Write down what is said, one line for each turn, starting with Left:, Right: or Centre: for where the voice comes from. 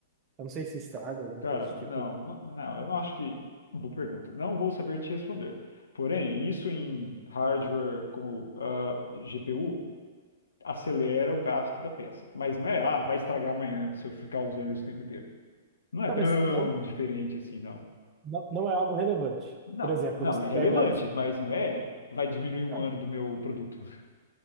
Right: Eu não sei se estraga alguma
Left: Cara,
Right: coisa do tipo.
Left: não, não, não, eu não acho que. Boa pergunta. Não vou saber te responder. Porém, isso em hardware como ah, GPU acelera o gasto da peça. Mas não é, ah, vai estragar amanhã se eu ficar usando isso o tempo inteiro. Não é
Right: Tá,
Left: tão
Right: mas não,
Left: diferente assim, não.
Right: não, não é algo relevante.
Left: Não,
Right: Por exemplo,
Left: não,
Right: você
Left: é relevante,
Right: pega.
Left: mas não é, vai diminuir um
Right: Não.
Left: ano do meu produto. <laughs>